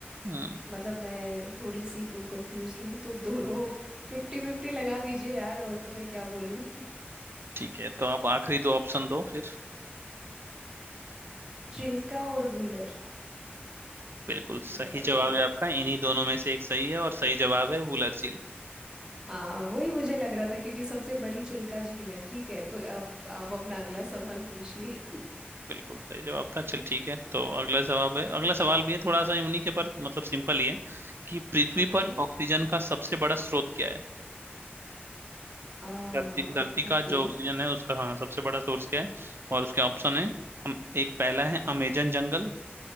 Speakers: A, on the right; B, on the right.
A: हम्म
B: मतलब मैं थोड़ी सी तो कंफ्यूज हूँ तो दोनों
A: हम्म,
B: फिफ्टी फिफ्टी लगा दीजिए यार और तो मैं क्या बोलूँ
A: ठीक है तो आप आखिरी दो ऑप्शन दो फिर
B: चिल्का और वुलर
A: बिल्कुल सही
B: बताइए
A: जवाब है आपका इन्हीं दोनों में से एक सही है और सही जवाब है वुलर झील
B: हाँ वही मुझे लग रहा था क्योंकि सबसे बड़ी चिल्का झील है ठीक है कोई अब आप अपना अगला सवाल पूछिए <laughs>
A: बिल्कुल सही जवाब था चल ठीक है तो अगला जवाब है अगला सवाल भी है थोड़ा सा यूनिक है पर मतलब सिंपल ही है कि पृथ्वी
B: ओके
A: पर ऑक्सीजन का सबसे बड़ा स्रोत क्या है
B: आ
A: क्या धरती धरती का
B: ओके
A: जो ऑक्सीजन है उसका हाँ सबसे बड़ा सोर्स क्या है और उसके ऑप्शन है अम- एक पहला है अमेजन जंगल